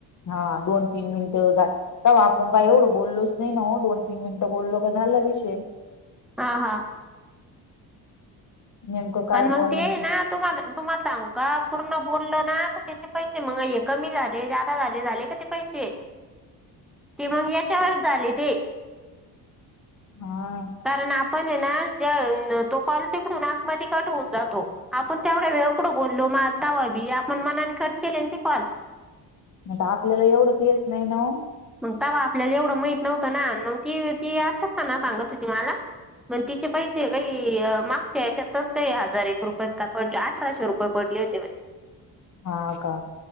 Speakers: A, on the left; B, in the centre.
A: हा दोन तीन मिनिटव आपण का एवढं बोललोच नाही ना दोन तीन मिनिटं बोललो का झाला विषय.
B: आहा.
A: नेमकं
B: पण
A: काय
B: मग
A: बोलान
B: ते आहे ना तुम्हा तुम्हाला सांगू का पूर्ण बोललं ना तर त्याचे पैसे मग हे कमी झाले, जादा झाले झाले क ते पैसे ते मंग याच्यावरच झाले ते.
A: हा
B: कारण आपण आहे ना तो कॉल तिकडून आत मध्ये कट होऊन जातो आपण तेवढ्या वेळ कुठ बोललो मग आता तवा बी आपण मनाने खट केले न ते कॉल.
A: आता आपल्याला एवढ तर येस नाही ना ओ.
B: मग तवा आपल्याला एवढं माहित नव्हतं ना मग ती ती आत्ताच ना सांग होती मला. मग तिचे पैसे काही मागच्या याच्यातच काही हजार एक रुपये का पड अठराशे रुपये पड तेव
A: हा का